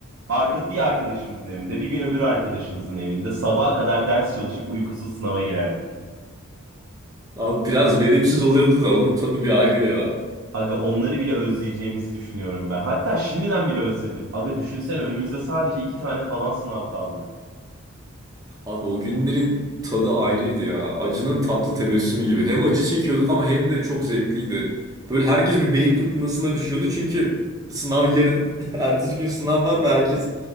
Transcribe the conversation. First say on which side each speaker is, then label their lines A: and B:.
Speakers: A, on the right (about 75°); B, on the right (about 15°).
A: Arka, bir arkadaşımızın evinde, bir gün öbür arkadaşımızın evinde sabaha kadar ders çalışıp uykusuz sınava girerdik.
B: Abi biraz verimsiz oluyordu da onun tadı bir ayrı ya.
A: Aga onları bile özleyeceğimizi düşünüyorum ben. Hatta şimdiden bile özledim. Aga düşünsene önümüzde sadece iki tane falan sınav kaldı.
B: Abi o günlerin tadı ayrıydı ya. Acının tatlı tebessümü gibi. Hem acı çekiyorduk ama hem de çok zevkliydi. Böyle herkes bir beyin fırtınasına düşüyordu çünkü sınav yarın. <laughs> Ertesi gün sınav var ve herkes